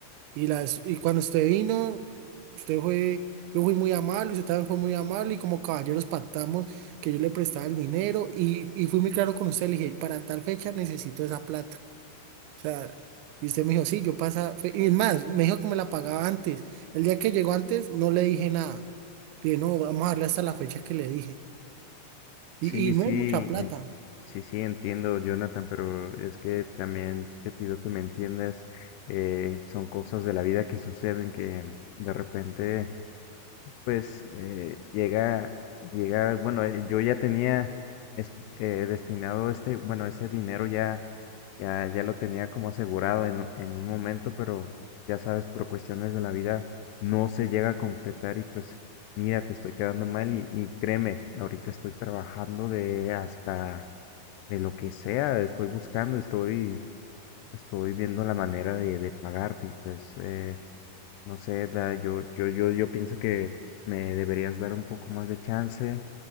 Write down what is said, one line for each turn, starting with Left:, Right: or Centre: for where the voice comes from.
Right: Y, las, y cuando usted vino, usted fue, yo fui muy amable, usted también fue muy amable y como caballeros pactamos que yo le prestaba el dinero y, y fui muy claro con usted, le dije, para tal fecha necesito esa plata. O sea, y usted me dijo, sí, yo pasa, fe-". y es más, me dijo que me la pagaba antes. El día que llegó antes no le dije nada. Le dije, no, vamos a darle hasta la fecha que le dije.
Left: Sí,
Right: Y, y no
Left: sí,
Right: es mucha plata.
Left: Sí, sí, entiendo, Jonathan, pero es que también te pido que me entiendas. eh, son cosas de la vida que suceden que de repente, pues, eh, llega, llega, bueno, eh, yo ya tenía es- eh, destinado este, bueno, ese dinero ya, ya, ya lo tenía como asegurado en, en un momento, pero ya sabes, por cuestiones de la vida no se llega a concretar y pues, mira, te estoy quedando mal y, y créeme, ahorita estoy trabajando de hasta de lo que sea, estoy buscando, estoy, estoy viendo la manera de, de pagarte y pues, eh, no sé, da- yo, yo, yo, yo pienso que me deberías dar un poco más de chance